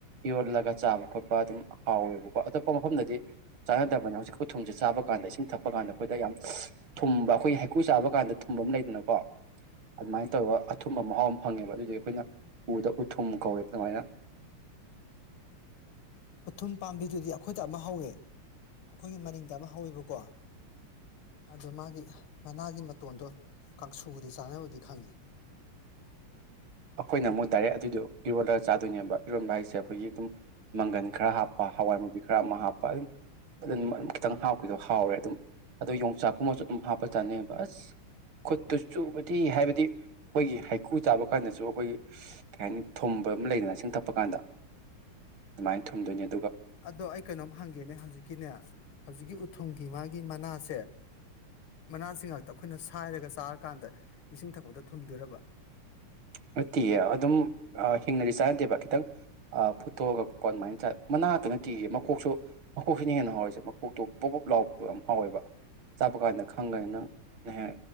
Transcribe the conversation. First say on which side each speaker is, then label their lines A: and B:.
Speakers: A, on the right (about 70°); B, on the left (about 75°).
A: ꯌꯣꯜꯂꯒ ꯆꯥꯕ ꯈꯣꯠꯄ ꯑꯗꯨꯝ ꯍꯥꯎꯋꯦꯕꯀꯣ ꯑꯇꯣꯞꯄ ꯃꯐꯝꯗꯗꯤ ꯆꯥꯅꯗꯕꯅꯤ ꯍꯧꯖꯤꯛ ꯎꯊꯨꯝꯁꯦ ꯆꯥꯕ ꯀꯥꯟꯗ ꯏꯁꯤꯡ ꯊꯛꯄ ꯀꯥꯟꯗ ꯑꯩꯈꯣꯏꯗ ꯌꯥꯝ ꯊꯨꯝꯕ ꯑꯩꯈꯣꯏꯒꯤ ꯍꯩꯀꯨ ꯆꯥꯕ ꯀꯥꯟꯗ ꯊꯨꯝꯕ ꯑꯃ ꯂꯩꯗꯅꯀꯣ ꯑꯗꯨꯃꯥꯏꯅ ꯇꯧꯔꯒ ꯑꯊꯨꯝꯕ ꯃꯍꯥꯎ ꯑꯃ ꯐꯪꯉꯦꯕ ꯑꯗꯨꯗꯨꯏ ꯑꯩꯈꯣꯏꯅ ꯎꯗ ꯎꯊꯨꯝ ꯀꯧꯋꯦꯕ ꯑꯗꯨꯃꯥꯏꯅ
B: ꯎꯊꯨꯝ ꯄꯥꯝꯕꯤꯗꯨꯗꯤ ꯑꯩꯈꯣꯏꯗ ꯑꯃ ꯍꯧꯋꯦ ꯑꯩꯈꯣꯏꯒꯤ ꯃꯅꯤꯡꯗ ꯑꯃ ꯍꯧꯋꯦꯕꯀꯣ ꯑꯗꯣ ꯃꯥꯒꯤ ꯃꯅꯥꯒꯤ ꯃꯇꯣꯟꯗꯣ ꯀꯥꯡꯁꯨꯕꯨꯗꯤ ꯆꯥꯅꯕꯗꯤ ꯈꯪꯉꯤ
A: ꯑꯩꯈꯣꯏꯅ ꯑꯃꯨꯛ ꯗꯥꯏꯔꯦꯛ ꯑꯗꯨꯏꯗꯣ ꯏꯔꯣꯜꯂ ꯆꯥꯗꯣꯏꯅꯦꯕ ꯏꯔꯣꯟꯕ ꯍꯥꯏꯁꯦ ꯑꯩꯈꯣꯏꯒꯤ ꯑꯗꯨꯝ ꯃꯪꯒꯟ ꯈꯔ ꯍꯥꯞꯄ ꯍꯋꯥꯏ ꯃꯨꯕꯤ ꯈꯔ ꯑꯃ ꯍꯥꯞꯄ ꯑꯗꯨꯝ ꯑꯗꯨ ꯈꯤꯇꯪ ꯍꯥꯞꯈꯤꯗꯣ ꯍꯥꯎꯔꯦ ꯑꯗꯨꯝ ꯑꯗꯣ ꯌꯣꯡꯆꯥꯛꯀꯨꯝꯕꯁꯨ ꯑꯗꯨꯝ ꯍꯥꯞꯄ ꯆꯥꯅꯩꯑꯕ ꯑꯁ ꯈꯨꯠꯇꯨ ꯆꯨꯕꯗꯤ ꯍꯥꯏꯕꯗꯤ ꯑꯩꯈꯣꯏꯒꯤ ꯍꯩꯀꯨ ꯆꯥꯕ ꯀꯥꯟꯗꯁꯨ ꯑꯩꯈꯣꯏꯒꯤ ꯀꯩ ꯍꯥꯏꯅꯤ ꯊꯨꯝꯕ ꯑꯃ ꯂꯩꯗꯅ ꯏꯁꯤꯡ ꯊꯛꯄ ꯀꯥꯟꯗ ꯑꯗꯨꯃꯥꯏꯅ ꯊꯨꯝꯗꯣꯏꯅꯦ
B: ꯑꯗꯣ ꯑꯩ ꯀꯩꯅꯣꯝ ꯍꯪꯒꯦꯅꯦ ꯍꯧꯖꯤꯛꯀꯤꯅꯦ ꯍꯧꯖꯤꯛꯀꯤ ꯎꯊꯨ ꯊꯨꯝꯒꯤ ꯃꯥꯒꯤ ꯃꯅꯥꯁꯦ ꯃꯅꯥꯁꯤ ꯉꯥꯛꯇ ꯑꯩꯈꯣꯏꯅ ꯁꯥꯏꯔꯒ ꯆꯥꯔꯀꯥꯟꯗ ꯏꯁꯤꯡ ꯊꯛꯄꯗ ꯊꯨꯝꯗꯣꯏꯔꯕ
A: ꯅꯠꯇꯤꯌꯦ ꯑꯗꯨꯝ ꯑ ꯍꯤꯡꯅꯗꯤ ꯆꯥꯅꯗꯦꯕ ꯈꯤꯇꯪ ꯑ ꯐꯨꯠꯇꯣꯛꯑꯒ ꯀꯣ ꯑꯗꯨꯃꯥꯏꯅ ꯆꯥ ꯃꯅꯥꯇ ꯅꯠꯇꯤꯌꯦ ꯃꯀꯣꯛꯁꯨ ꯃꯈꯀꯣꯛꯁꯤꯅ ꯍꯦꯟꯅ ꯍꯥꯎꯋꯁꯦ ꯃꯀꯣꯛꯇꯣ ꯄꯣꯕꯣꯞ ꯂꯥꯎꯕꯗꯣ ꯌꯥꯝ ꯍꯥꯎꯋꯦꯕ ꯆꯥꯕ ꯀꯥꯟꯗ ꯈꯪꯉꯒꯅꯤ ꯅꯪ ꯅꯍꯦ